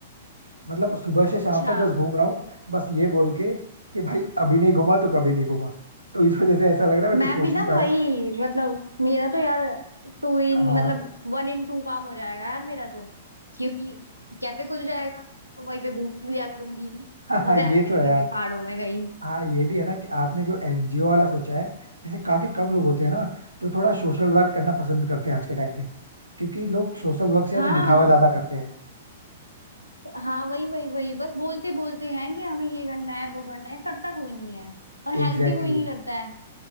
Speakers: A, on the right; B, on the left.
A: मतलब सुबह से
B: अच्छा
A: शाम तक बस घूम रहा हूँ बस ये बोल के कि भाई अभी नहीं घूमा तो कभी नहीं घूमा तो इस वजह से ऐसा लग रहा है मैं
B: मैं
A: कुछ सोच
B: भी ना
A: नहीं पाया
B: वही मतलब मेरा तो यार टू इन
A: हाँ
B: मतलब वन इन टू काम हो जाएगा यार मेरा तो क्योंकि कैफे खुल जाएगा और वहीं पे घूम लिया करूंगी
A: <laughs>
B: मजे
A: हाँ ये
B: आया करेंगे
A: तो है यार।
B: वही पहाड़ों में कहीं
A: हाँ ये भी है ना कि आपने जो एनजीओ वाला सोचा है ऐसे काफी कम लोग होते हैं ना जो थोड़ा सोशल वर्क करना पसंद करते हैं आज के टाइम पे क्योंकि लोग सोशल वर्क से ज्यादा
B: हाँ
A: दिखावा ज्यादा करते हैं
B: हाँ वही वही वही बस बोलते बोलते हैं कि हमें ये करना है वो करना है करता कोई नहीं है और
A: Exactly
B: हेल्प भी कोई नहीं
A: exactly.
B: करता है